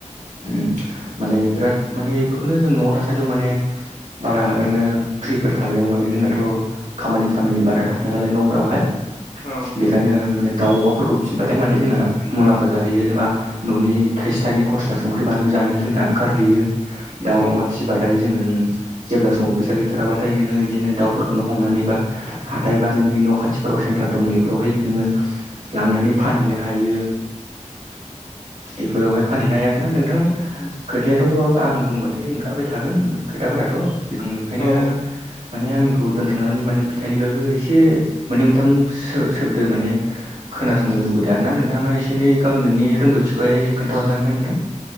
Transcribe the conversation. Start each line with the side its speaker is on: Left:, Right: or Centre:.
Right: उम माने बिराद माने बेफोरखौनो जों न'आव दासान्दै माने बारा ओरैनो फ्रिफोर थागायाव माने जोंनाथ' खामानि सामानि बारा थायो नालाय न'फोरावहाय
Left: औ
Right: बेखायनो माने दाउ अमाफोरखौ फिसिबाथाय माने जोंना मुलाम्फा जाहैयो जेनबा न'नि थाइसे थाइनै खरसा संख्रि बानलु जानो जोंना ओंखारहैयो दाउ
Left: औ
Right: अमा फिसिब नाथाय जोङो जेब्ला समाव फैसा गैथाराबाथाय नोङो बिदिनो दाउफोरखौनो हमनानै बा हाथाय बा नोंनि न' खाथिफोराव सेन्टार दं बेफोरावहाय नोङो लांनानै फानहैनो हायो बेफोरावहाय फानहैनाय आर ना नोंथां खोथायाथ' आं बुंबाथाय ओंखारबाय थागोन खोथाफोराथ' बिथां बेखायनो
Left: औ
Right: माने आंनिखौ दोनथ'नानै माने बिथां दानि <unintelligible> फ्रायबो एसे मोननै मोनथाम सोबद माने खोनासंनो लुगैदों आर ना नोंथाङा एसे एनै गावनि नोंनि रोंगौथिखौहाय खोनथाहरनो हागोन ना नोंथां